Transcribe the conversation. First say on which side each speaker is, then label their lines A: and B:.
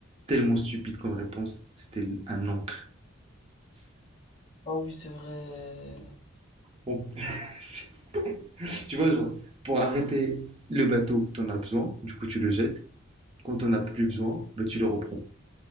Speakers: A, on the right; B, on the left.
A: tellement stupide comme réponse. C'était l- un encre.
B: Ah oui, c'est vrai.
A: Bon, <laughs> c'est- tu vois, genre, pour arrêter le bateau, t'en as besoin, du coup, tu le jettes. Quand t'en as plus besoin, bah, tu le reprends.